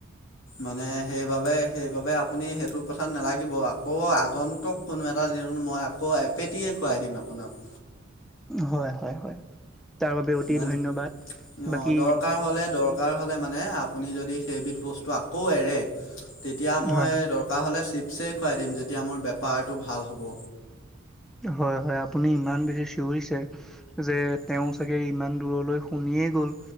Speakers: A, on the left; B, in the centre.
A: মানে সেইবাবে সেইবাবে আপুনি সেইটো কথাত নালাগিব আকৌ আগন্তুক কোনো এটা দিনত মই আকৌ এপেটিয়ে খুৱাই দিম আপোনাক।
B: হয় হয় হয়। তাৰ বাবে অতি
A: মান
B: ধন্যবাদ।
A: অ
B: বাকী
A: দৰকাৰ হ'লে দৰ দৰকাৰ হ'লে মানে আপুনি যদি সেইবিধ বস্তু আকৌ এৰে তেতিয়া মই
B: হয়
A: দৰ থকা হ'লে চিপছেই খুৱাই দিম যেতিয়া মোৰ বেপাৰটো ভাল হ'ব।
B: হয় হয় আপুনি ইমান বেছি চিঞৰিছে যে তেওঁ চাগে ইমান দূৰলৈ শুনিয়েই গ'ল